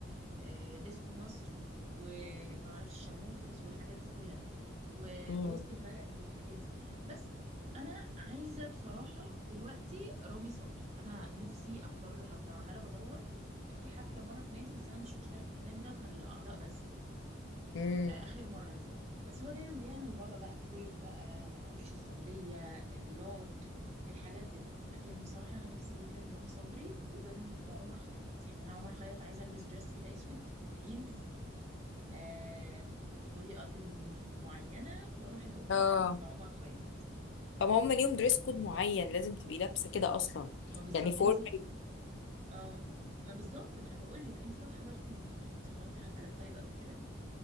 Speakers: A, on the right (about 35°); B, on the left (about 70°).
A: آه، ديسكو مصر وما اعرفش شارموفرز والحاجات دي كلها ووسط
B: امم
A: البلد والحاجات دي بس انا عايزه بصراحه دلوقتي رامي صبري انا نفسي احضر له حفله وعماله بدور كان في حفله مره في نادي بس انا مش مشتركه في النادي ده وكان الاعضاء بس
B: امم
A: آه، اخر مره دي بس هو دايما بيعمل بره بقى الكويت بقى معرفش السعوديه الرياض الحاجات دي لكن بصراحه انا نفسي جدا رامي صبري وم- وعمر خيرت يعني انا عمر خيرت عايزه البس دريس كده اسود هيلز آه بطريقه معينه واروح الاوبرا
B: اه
A: احضر لعمر خيرت
B: فما هم ليهم دريس كود معين لازم تبقي لابسه كده اصلا
A: ما بالظبط
B: يعني فورمال
A: انت اه ما بالظبط ما انا بقول لك انت طب حضرتي لمين يعني انت حضرتي حفلات طيب قبل كده